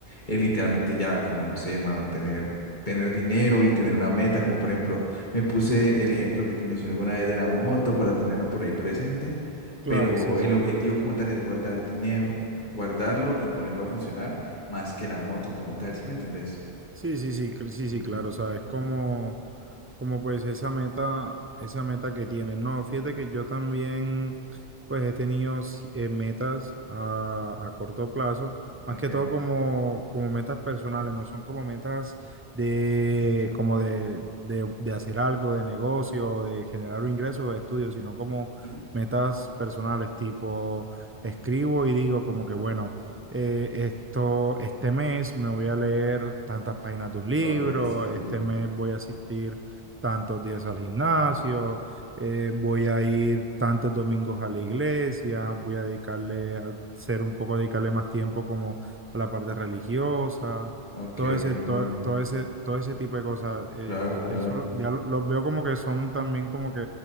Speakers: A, on the left; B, on the right.
A: en literalmente ya, como no sé, mano, tener... tener dinero y tener una meta, como por ejemplo, me puse el ejemplo que te mencioné alguna vez de la moto para tenerla por ahí presente,
B: Claro,
A: pero
B: sí, sí.
A: el objetivo como tal es guardar dinero, guardarlo y ponerlo a funcionar más que la moto como tal, ¿sí me entendés?
B: Sí, sí, sí, cl- sí,
A: Ujú,
B: sí, claro, o sea, es como, como pues esa meta, esa meta que tienen. No, fíjate que yo también pues he tenido si- eh, metas a, a corto plazo,
A: Ok,
B: más que todo como, como metas personales, no son como metas de, como de, de, de hacer algo de negocio, de generar un ingreso de estudio, sino como
A: Ujú.
B: metas personales, tipo escribo y digo como que bueno eh, esto, este mes me voy a leer tantas páginas de un libro,
A: ok, sí, sí,
B: este
A: sí.
B: mes voy a asistir tantos días al gimnasio, eh, voy a ir tantos domingos a la iglesia, voy a dedicarle a ser un poco, dedicarle más tiempo como a la parte religiosa,
A: Ok,
B: todo ese,
A: ok, entiendo.
B: to- todo ese, todo ese tipo de cosas. eh,
A: Claro,
B: eso
A: claro.
B: ya lo- los veo como que son también como que